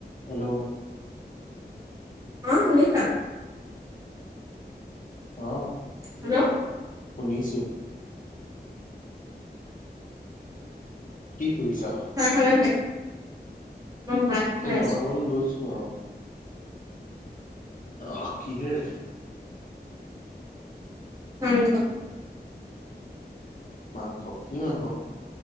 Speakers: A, on the left; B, on the right.
A: Hello.
B: অ শুনিছা।
A: অ।
B: হেল্ল'
A: শুনিছোঁ। কি কৰিছা
B: চাহ খালা নে নাই। মই ভাত খাই
A: এই বনাবলৈ
B: আছো
A: লৈছোঁ আৰু। অ কিহেৰে।
B: হাঁহ <unintelligible>
A: মাংস কি মাংস।